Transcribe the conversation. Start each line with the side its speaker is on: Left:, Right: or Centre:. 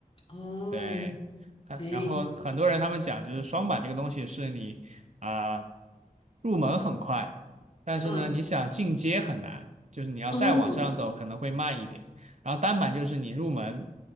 Left: 哦，
Right: 对，他，
Left: 哎。
Right: 然后很多人他们讲，就是双板这个东西是你啊、入门很快，但是呢，
Left: 啊。
Right: 你想进阶很难，就是你要再往上走可能会慢一点。
Left: 哦，
Right: 然后单板就是你入门